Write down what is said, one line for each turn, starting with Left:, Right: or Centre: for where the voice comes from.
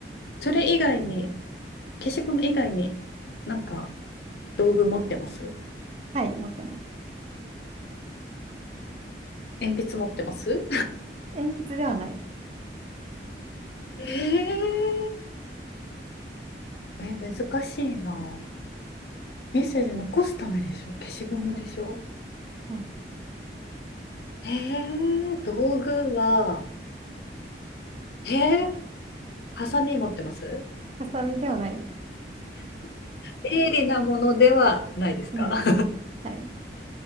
Left: それ以外に消しゴム以外になんか道具持ってます
Right: はい、持ってます。
Left: 鉛筆持ってます
Right: 鉛筆ではないです。
Left: えーえ、難しいな。メッセージ残すためでしょ消しゴムでしょ
Right: うん、うん。
Left: えー、道具は、えー、ハサミ持ってます
Right: ハサミではないです。
Left: 鋭利なものではないですか
Right: <laughs> ないです。はい。